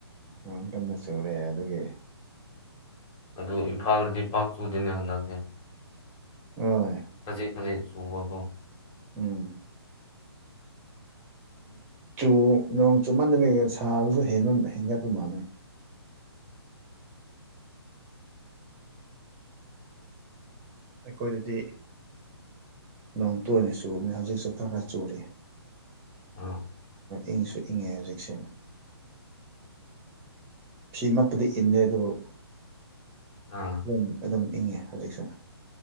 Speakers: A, on the right; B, on the left.
A: ꯎ ꯀꯟꯅ ꯆꯨꯔꯦ ꯑꯗꯨꯒꯤ
B: ꯑꯗꯨ ꯏꯝꯐꯥꯜꯗꯗꯤ ꯄꯥꯛ ꯆꯨꯗꯦꯅꯦ ꯍꯟꯗꯛꯁꯦ
A: ꯍꯣꯏ
B: ꯈꯖꯤꯛ ꯈꯖꯤꯛ ꯁꯨꯕꯔꯕꯣ
A: ꯎꯝ ꯆꯨ ꯅꯣꯡ ꯆꯨꯞꯃꯟꯗꯕꯤ ꯁꯥꯕꯁꯨ ꯍꯦꯟꯒꯠꯄ ꯃꯥꯅꯩ ꯑꯩꯈꯣꯏꯗꯗꯤ ꯅꯣꯡꯇꯨꯅꯤ ꯆꯨꯕꯅꯤ ꯍꯧꯖꯤꯛꯁꯨ ꯈꯔ ꯈꯔ ꯆꯨꯔꯤ
B: ꯑ
A: ꯏꯪꯁꯨ ꯏꯪꯉꯦ ꯍꯧꯖꯤꯛꯁꯅ ꯐꯃꯛꯄꯨꯗꯤ ꯏꯟꯗꯦ ꯑꯗꯨꯕꯨ
B: ꯑꯥ
A: ꯑꯗꯨꯝ ꯑꯗꯨꯝ ꯏꯪꯉꯦ ꯍꯧꯖꯤꯛꯁꯤꯅ